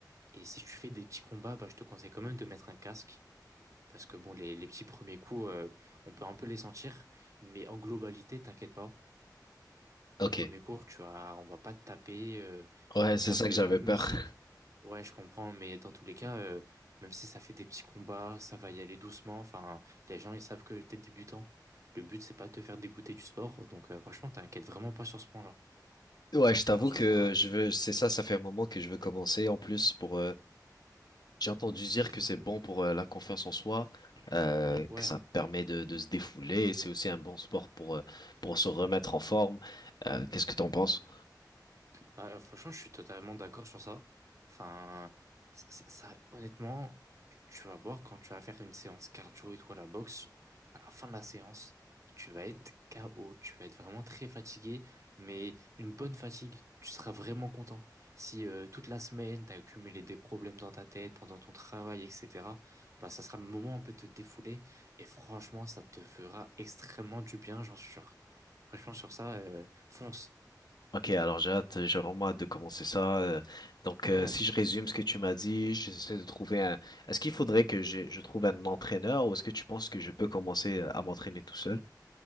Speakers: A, on the right; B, on the left.
A: Et si tu fais des petits combats, bah, je te conseille quand même de mettre un casque. Parce que bon, les, les petits premiers coups, euh, on peut un peu les sentir, mais en globalité, t'inquiète pas tes
B: Ok.
A: premiers cours, tu vois, on va pas te taper. euh, Enfin,
B: Ouais, c'est
A: ça
B: ça
A: fait,
B: que j'avais
A: même même
B: peur.
A: si,
B: <laughs>
A: ouais, je comprends, mais dans tous les cas, euh, même si ça fait des petits combats, ça va y aller doucement. Enfin, les gens, ils savent que t'es débutant. Le but, c'est pas de te faire dégoûter du sport. Donc, euh, franchement, t'inquiète vraiment pas sur ce point-là.
B: Ouais, je t'avoue
A: Franchement,
B: que
A: sur ça.
B: je veux, c'est ça, ça fait un moment que je veux commencer en plus
A: euh, hmm.
B: pour euh, J'ai entendu dire
A: Ok,
B: que
A: c'est
B: c'est
A: cool.
B: bon pour euh, la confiance en soi, euh,
A: Ouais.
B: que ça permet de, de se défouler. C'est aussi un bon sport pour, euh, pour se remettre en forme. Euh, qu'est-ce que t'en penses?
A: Bah, euh, franchement, je suis totalement d'accord sur ça. Enfin, ça, ça- ça- honnêtement, tu vas voir quand tu vas faire une séance cardio et toi la boxe, à la fin de la séance, tu vas être KO, tu vas être vraiment très fatigué, mais une bonne fatigue, tu seras vraiment content. Si euh, toute la semaine, tu as accumulé des problèmes dans ta tête pendant ton travail, etc., bah, ça sera le moment un peu de te défouler et franchement, ça te fera extrêmement du bien, j'en suis sûr. Franchement, sur ça, euh, fonce.
B: Ok, alors j'ai hâte, j'ai vraiment hâte de commencer ça. euh. Donc,
A: Ouais.
B: euh, si je résume ce que tu m'as dit, j'essaie de trouver un. Est-ce qu'il faudrait que je, je trouve un entraîneur ou est-ce que tu penses que je peux commencer à m'entraîner tout seul?